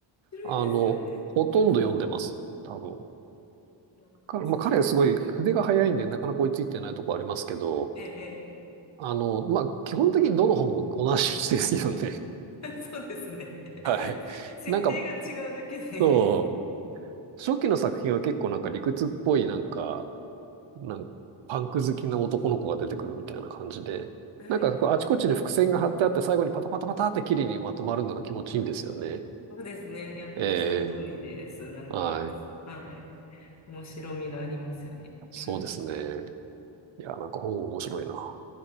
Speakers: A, on the left (about 35°); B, on the right (about 85°).
A: 面白いですよね。
B: あの、ほとんど読んでます。
A: うん。
B: 多分。
A: もうなんかその、
B: かまあ、彼はすごい筆が早いんで、なかなか追いついてないとこありますけど、
A: ええ、
B: あの、まあ、基本的にどの本も同じですよね。
A: ええ <laughs> そうですね。
B: <laughs> はい。
A: <laughs> 設定が違うだけで
B: なんか、そう、初期の作品は結構なんか理屈っぽい、なんか、なんかパンク好きな男の子が出てくるみたいな感じで、
A: <laughs> はい。
B: なんかこうあちこちに伏線が張ってあって、最後にパタパタパタって綺麗にまとまるのが気持ちいいんですよね。
A: そうですね。いや、本当その通りです。
B: ええ
A: なんか、
B: はい。
A: はい。面白みがありますよね。
B: そうですね。
A: <laughs>
B: いや、なんか本面白いな。